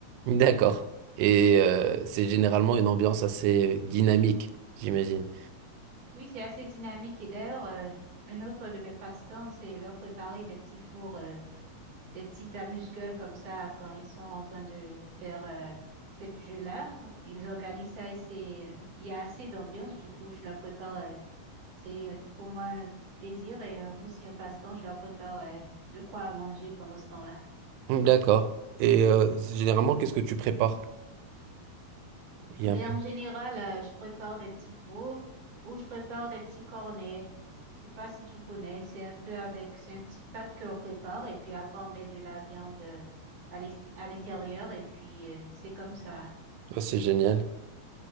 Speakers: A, on the right; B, on the right.
A: D'accord. Et euh, c'est généralement une ambiance assez dynamique, j'imagine.
B: Oui, c'est assez dynamique et d'ailleurs, euh, un autre de mes passe-temps, c'est leur préparer des petits fours. euh, des petites amuse-gueules comme ça quand ils sont en train de faire euh, ces jeux-là. Ils organisent ça et c'est, euh, il y a assez d'ambiance. Du coup, je leur prépare. euh, c'est euh, pour moi un plaisir et euh, aussi un passe-temps. Je leur prépare euh, de quoi à manger pendant ce temps-là.
A: D'accord. Et euh, généralement, qu'est-ce que tu prépares? Il y
B: Ben,
A: a un peu-
B: en général, euh, je prépare des petits fours ou je prépare des petits cornets. Je sais pas si tu connais, c'est un peu avec, c'est une petite pâte qu'on prépare et puis après on met de la viande euh, à l'exté- à l'intérieur et puis euh, c'est comme ça.
A: Oh, c'est génial.